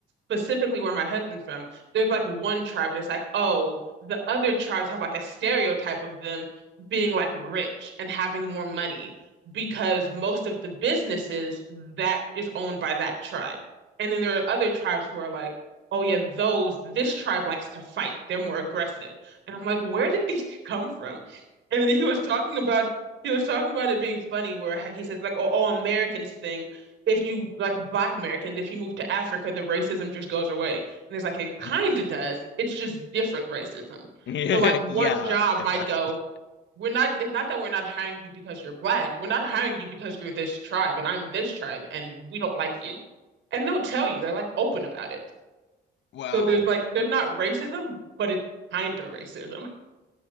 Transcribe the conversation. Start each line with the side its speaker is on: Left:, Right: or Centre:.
Right: specifically where my husband's from, there's like one tribe, and it's like, oh, the other tribes have like a stereotype of them being like rich and having more money because most of the businesses that is owned by that tribe. And then there are other tribes who are like, oh yeah, those this tribe likes to fight. They're more aggressive. And I'm like, where did these <laughs> come from? And then he was talking about he was talking about it being funny where he said like oh, all Americans think if you like black Americans if you move to Africa the racism just goes away. And it's like it kind
Left: <laughs>
Right: of does. It's just different racism.
Left: <laughs>
Right: So like one
Left: Yeah,
Right: job
Left: exactly.
Right: might go we're not it's not that we're not hiring you because you're black. We're not hiring you because you're this tribe and I'm this tribe and we don't like you. And they'll tell you they're like open about it.
Left: Wow.
Right: So there's like there's not racism but it's kind of racism. <laughs>